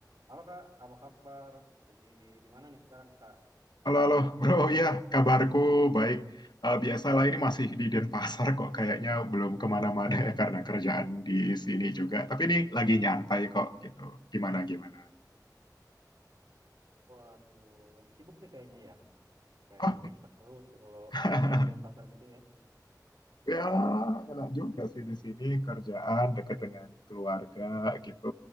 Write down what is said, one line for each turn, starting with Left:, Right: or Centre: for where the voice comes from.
Right: Halo Kak, apa kabar? Lagi di mana nih sekarang Kak?
Left: Halo, halo, bro. <laughs> Ya, kabarku baik. Eh, biasalah ini masih di Denpasar kok. Kayaknya belum kemana-mana ya karena kerjaan di sini juga. Tapi ini lagi nyantai kok gitu. Gimana, gimana?
Right: Waduh, lagi sibuk nih kayaknya ya. Kayaknya
Left: Oh,
Right: seru tuh kalau
Left: <laughs>
Right: di Denpasar gitu ya.
Left: ya enak juga sih di sini kerjaan deket dengan keluarga gitu.